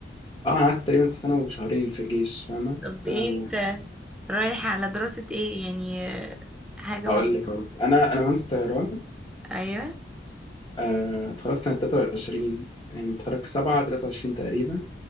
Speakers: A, on the left; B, in the centre.
A: اه انا قعدت تقريبا سنه وشهرين في الجيش فاهمه
B: طب ايه
A: او
B: انت رايح على دراسة ايه يعني آه، حاجة
A: هقول
B: معينة
A: لك أهو. انا انا مهندس طيران
B: ايوه
A: آه، اتخرجت سنه 23 يعني متخرج في 7 23 تقريبا